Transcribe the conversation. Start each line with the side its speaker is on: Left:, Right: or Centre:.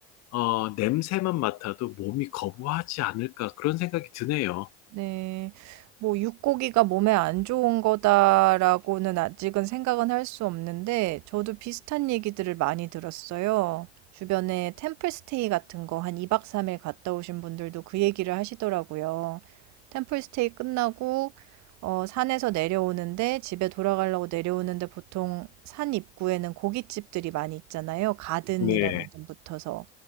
Left: 어, 냄새만 맡아도 몸이 거부하지 않을까 그런 생각이 드네요.
Right: 네. 뭐 '육고기가 몸에 안 좋은 거다.'라고는 아직은 생각은 할 수 없는데 저도 비슷한 얘기들을 많이 들었어요. 주변에 템플 스테이 같은 거 한 2박 3일 갔다 오신 분들도 그 얘기를 하시더라고요. 템플 스테이 끝나고 어 산에서 내려오는데 집에 돌아가려고 내려오는데 보통 산 입구에는 고깃집들이 많이 있잖아요. 가든이라는
Left: 네,
Right: 이름 붙어서.